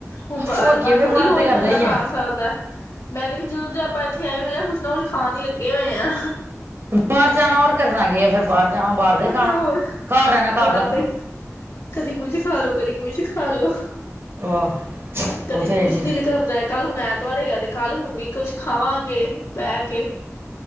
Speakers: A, on the left; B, on the right.
A: ਹੁਣ ਬਾਰ-
B: ਹੋਰ
A: ਬਾਰ
B: ਕੀ ਫਿਰ
A: ਥੋੜ੍ਹੀ
B: ਮਨ
A: ਰੋਜ਼
B: ਤੇ ਕਰਦਾ
A: ਬੰਦਾ
B: ਹੀ
A: ਖਾਸ
B: ਹੈ
A: ਸਕ ਸਕਦਾ, ਮੈਂ ਕਹਿੰਦੀ ਜਦੋਂ ਦੇ ਆਪਾਂ ਇੱਥੇ ਆਏ ਹੋਏ ਕੁੱਛ ਨਾ ਕੁੱਛ ਖਾਣ ਹੀ ਲੱਗੇ ਹੋਏ ਆ।
B: ਬਾਹਰ ਜਾਣਾ ਹੋਰ ਕਰਨਾ ਕੀ ਆ ਫਿਰ ਬਾਹਰ ਜਾਣਾ ਬਾਹਰ ਦਾ ਹੀ ਖਾਣਾ,
A: ਤੇ ਹੋਰ
B: ਘਰ ਰਹਿਣਾ ਘਰ
A: ਬਾਹਰ
B: ਦਾ ਖਾਣਾ।
A: ਦੇ ਕਦੀ ਕੁਝ ਖਾ ਲੋ ਕਦੀ ਕੁਛ ਖਾ ਲੋ।
B: ਵਾਹ
A: ਕਦੀ
B: ਉਹ ਤੇ ਹੈ
A: ਕੁਛ
B: ਹੀ
A: ਦਿਲ
B: ਹੈ
A: ਕਰ ਕੱਲ ਹੁਣ ਐਤਵਾਰ ਹੈਗਾ ਤੇ ਕੱਲ ਹੁਣ ਵੀ ਕੁਝ ਖਾਵਾਂਗੇ ਬਹਿ ਕੇ।